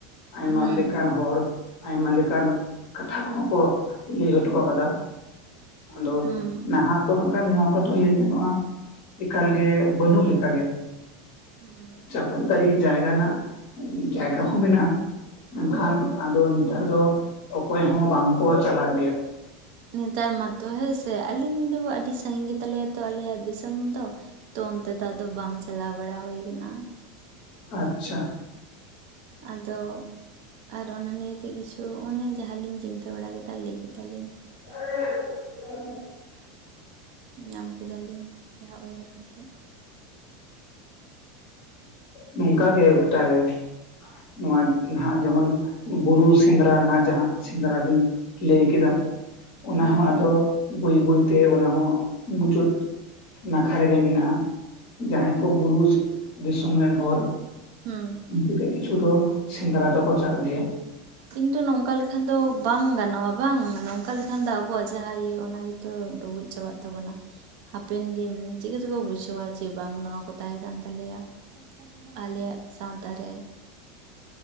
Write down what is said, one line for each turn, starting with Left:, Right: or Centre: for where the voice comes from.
Left: ᱟᱭᱢᱟ
Right: ᱦᱩᱸ
Left: ᱞᱮᱠᱟᱱ ᱦᱚᱲ ᱟᱭᱢᱟ ᱞᱮᱠᱟᱱ ᱠᱟᱛᱷᱟ ᱠᱚᱦᱚᱸ ᱠᱚ ᱞᱟᱹᱭ ᱦᱚᱴᱚ ᱟᱠᱟᱫᱟ ᱟᱫᱚ
Right: ᱦᱩᱸ
Left: ᱱᱟᱦᱟᱜ ᱫᱚ ᱦᱟᱸᱜ ᱠᱷᱟᱱ ᱱᱚᱣᱟ ᱟᱫᱚ ᱞᱟᱹᱭ ᱜᱟᱱᱚᱜᱼᱟ ᱮᱠᱟᱞ ᱜᱮ ᱵᱟᱹᱱᱩᱜ ᱞᱮᱠᱟ ᱜᱮ,
Right: ᱦᱩᱸ
Left: ᱪᱟᱠᱚᱞ ᱛᱟᱲᱤ ᱡᱟᱭᱜᱟ ᱱᱟᱜ ᱡᱟᱭᱜᱟ ᱦᱚᱸ ᱢᱮᱱᱟᱜᱼᱟ, ᱢᱮᱱᱠᱷᱟᱱ
Right: ᱦᱩᱸ
Left: ᱟᱫᱚ ᱱᱮᱛᱟᱨ ᱫᱚ ᱚᱠᱚᱭ ᱦᱚᱸ ᱵᱟᱝ ᱠᱚ ᱪᱟᱞᱟᱜ ᱜᱮᱭᱟ᱾
Right: ᱱᱮᱛᱟᱨ ᱢᱟᱛᱚ ᱦᱮᱸ ᱥᱮ ᱟᱹᱞᱤᱧ ᱫᱚ ᱟᱹᱰᱤ ᱥᱟᱺᱜᱤᱧ ᱜᱮ ᱛᱟᱞᱮᱭᱟ ᱛᱚ ᱟᱞᱮᱭᱟᱜ ᱫᱤᱥᱚᱢ ᱫᱚ, ᱛᱚ ᱚᱱᱛᱮ ᱫᱚ ᱟᱫᱚ ᱵᱟᱝ ᱪᱟᱞᱟᱣ ᱵᱟᱲᱟ ᱦᱳᱭ ᱠᱟᱱᱟ᱾
Left: ᱟᱪᱪᱷᱟ᱾
Right: ᱟᱫᱚ ᱟᱨ ᱚᱱᱟ ᱱᱤᱭᱟᱹᱛᱮ ᱠᱤᱪᱷᱩ ᱚᱱᱮ ᱡᱟᱦᱟᱸ ᱞᱤᱧ ᱪᱤᱱᱛᱟᱹ ᱵᱟᱲᱟ ᱠᱮᱫᱟ ᱞᱟᱹᱭ ᱠᱮᱫᱟ ᱞᱤᱧ᱾
Left: <inaudible>
Right: ᱧᱟᱢ ᱠᱮᱫᱟ ᱞᱤᱧ ᱡᱟᱦᱟᱸ ᱩᱭᱦᱟᱹᱨ ᱠᱟᱛᱮᱫ᱾
Left: ᱱᱚᱝᱠᱟ ᱜᱮ ᱜᱚᱴᱟ ᱜᱮ᱾ ᱱᱚᱣᱟ ᱱᱟᱦᱟᱜ ᱡᱮᱢᱚᱱ ᱵᱩᱨᱩ ᱥᱮᱸᱫᱽᱨᱟ ᱨᱮᱱᱟᱜ ᱡᱟᱦᱟᱸ ᱥᱮᱸᱫᱽᱨᱟ ᱵᱤᱱ ᱞᱟᱹᱭ ᱠᱮᱫᱟ ᱚᱱᱟ
Right: ᱦᱩᱸ
Left: ᱦᱚᱸ ᱟᱫᱚ ᱵᱟᱹᱭ ᱵᱟᱹᱭ ᱛᱮ ᱚᱱᱟ ᱦᱚᱸ ᱢᱩᱪᱟᱹᱫ ᱱᱟᱠᱷᱟ ᱨᱮᱜᱮ ᱢᱮᱱᱟᱜᱼᱟ ᱡᱟᱦᱟᱸᱭ ᱠᱚ ᱵᱩᱨᱩᱥ ᱫᱤᱥᱚᱢ ᱨᱮᱱ ᱦᱚᱲ
Right: ᱦᱩᱸ
Left: ᱩᱱᱠᱩ ᱜᱮ ᱠᱤᱪᱷᱩ ᱫᱚ ᱥᱮᱸᱫᱽᱨᱟ ᱫᱚᱠᱚ ᱪᱟᱜ ᱜᱮᱭᱟ
Right: ᱠᱤᱱᱛᱩ ᱱᱚᱝᱠᱟ ᱞᱮᱠᱷᱟᱱ ᱫᱚ ᱵᱟᱝ ᱜᱟᱱᱚᱜᱼᱟ ᱵᱟᱝ ᱱᱚᱝᱠᱟ ᱞᱮᱠᱷᱟᱱ ᱫᱚ ᱟᱵᱚᱣᱟᱜ ᱡᱟᱦᱟᱸ ᱤᱭᱟᱹ ᱚᱱᱟ ᱜᱮᱛᱚ ᱰᱩᱵᱩᱡ ᱪᱟᱵᱟᱜ ᱛᱟᱵᱚᱱᱟ᱾ ᱦᱟᱯᱮᱱ ᱫᱤᱱ ᱪᱤᱠᱟᱹ ᱪᱮᱠᱚ ᱵᱩᱡᱷᱟᱹᱣᱟ ᱡᱮ ᱵᱟᱝ ᱱᱚᱣᱟ ᱠᱚ ᱛᱟᱦᱮᱸ ᱠᱟᱱ ᱛᱟᱞᱮᱭᱟ᱾ ᱟᱞᱮᱭᱟᱜ ᱥᱟᱶᱛᱟ ᱨᱮ